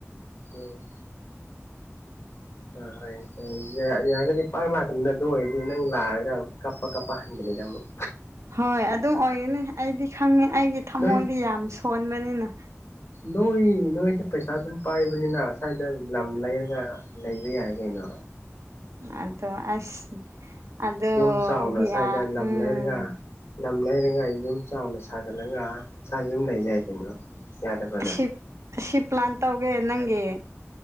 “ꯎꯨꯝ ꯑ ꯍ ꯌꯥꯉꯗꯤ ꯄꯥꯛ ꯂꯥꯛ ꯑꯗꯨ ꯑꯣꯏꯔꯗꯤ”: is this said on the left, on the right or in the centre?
Left